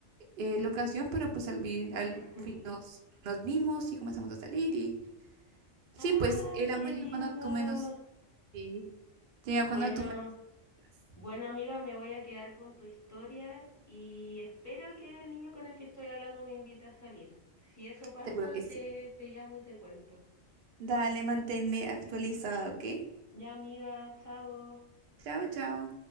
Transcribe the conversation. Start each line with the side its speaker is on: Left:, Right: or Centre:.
Right: eh, locación, pero pues al, fin- al
Left: <laughs>
Right: fin nos, nos vimos y comenzamos a salir y sí,
Left: Ah,
Right: pues el amor
Left: qué
Right: llega
Left: lindo.
Right: cuando tú menos... Sí. Llega
Left: Bueno,
Right: cuando tú menos... quieras.
Left: bueno amiga, me voy a quedar con tu historia y espero que el niño con el que estoy hablando me invite a salir. Si eso pasa,
Right: Seguro que
Left: te,
Right: sí.
Left: te llamo y te cuento.
Right: Dale, manténme actualizada, ¿ok?
Left: Ya, amiga, chao.
Right: Chao, chao.